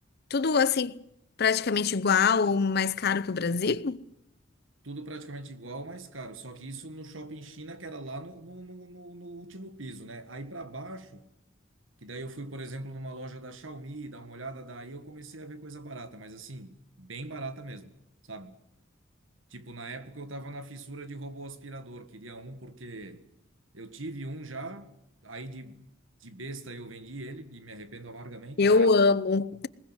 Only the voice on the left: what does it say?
Tudo assim, praticamente igual ou mais caro que o Brasil.
Eu
amo.